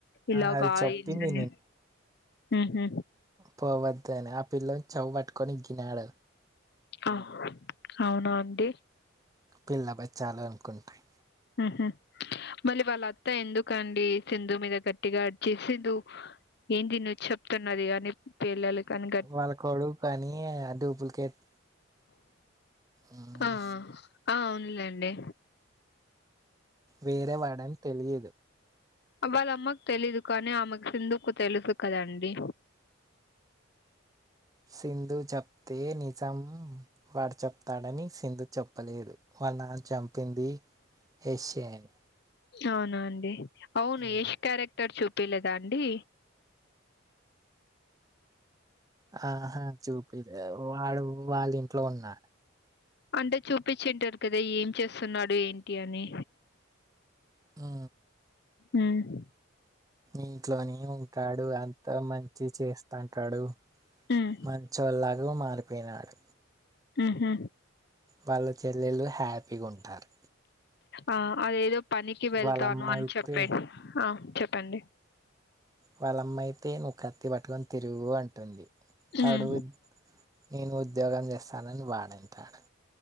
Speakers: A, on the left (about 50°); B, on the right (about 15°).
A: ఇలాగా
B: ఆ అది చెప్పింది
A: అయిందని ఊహు
B: పోవద్దని ఆ పిల్లోన్ చెవ్వు పట్టుకొని ఇంకినాడు.
A: ఆహ్ అవునా అండి
B: పిల్ల బచ్చాలు అనుకుంటాయి
A: ఊహు మళ్ళీ వాళ్ళ అత్తా ఎందుకండీ సింధు మీద గట్టిగా అరిచే సింధు ఏంది నువ్వు చెప్తున్నది అనిప్ పిల్లలు కని
B: వాళ్ళ కొడుకనీయే డూప్లికేట్ ఉమ్,
A: ఆ ఆ ఆ అవునులేండి
B: వేరే వాడని తెలియదు
A: వాళ్ళ అమ్మక్ తెలీదు కానీ ఆమెకు సింధుకు తెలుసు కదా అండి.
B: సింధు చెప్తే నిజం వాడు చెప్తాడని సింధు చెప్పలేదు వాళ్ళ నాన్న చంపిందీ ఎష్షే అనీ
A: అవునా అండి అవును
B: ఉమ్.
A: యష్ క్యారెక్టర్ చూపియలేదా అండి.
B: ఆహా చూపియ్యలే వాడు వాళ్ళ ఇంట్లో ఉన్నా.
A: అంటే చూపిచ్చి ఉంటరు కదా ఏం చేస్తున్నాడు ఏంటి అని.
B: ఆ
A: హ్మ్
B: ఇంట్లోనే ఉంటాడు అంతా మంచి చేస్తాంటాడు.
A: హ్మ్.
B: మంచోళ్లాగు మారిపోయినాడు.
A: ఊహు
B: వాళ్ళ చెల్లెళ్ళు హ్యాపీగా ఉంటారు.
A: ఆ అదేదో పనికి వెళ్తాను
B: వాళ్ళమ్మ
A: అని
B: అయితే
A: చెప్పాడ్ హా చెప్పండి.
B: వాళ్ళమ్మ అయితే నువ్వు కత్తి పట్టుకొని తిరుగూ అంటుంది.
A: హ్మ్.
B: వాడు నేను ఉద్యోగం చేస్తానని వాడంటాడు.